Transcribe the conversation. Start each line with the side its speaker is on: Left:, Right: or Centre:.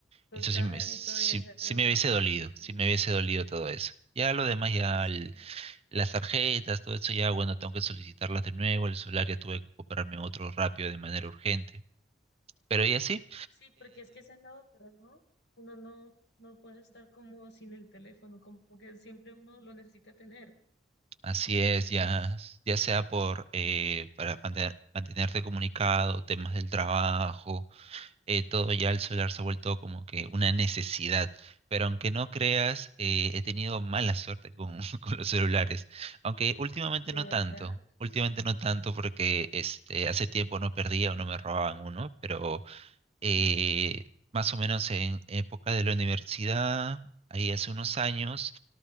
Left: Total,
Right: eso sí me, sí,
Left: y todavía hacer
Right: sí
Left: el
Right: me
Left: reporte.
Right: hubiese dolido, sí me hubiese dolido todo eso. Ya lo demás, ya
Left: Sí,
Right: el- las tarjetas, todo eso, ya bueno, tengo que solicitarlas de nuevo, el celular ya tuve que comprarme otro rápido de manera urgente. Pero y así,
Left: sí, porque es que esa es la otra, ¿no? Uno no, no puede estar como sin el teléfono, como que siempre uno lo necesita tener.
Right: Así
Left: Entonces,
Right: es, ya, ya sea por eh, para mante- mantenerte comunicado, temas del trabajo, eh, todo ya el celular se ha vuelto como que una necesidad. Pero aunque no creas, eh, he tenido mala suerte con, <laughs> con los celulares. Aunque últimamente
Left: ¿de
Right: no
Left: verdad?
Right: tanto, últimamente no tanto porque
Left: Ah,
Right: este, hace tiempo no perdía o no me robaban uno, pero eh,
Left: ujú,
Right: más o menos en época de la universidad, ahí hace unos años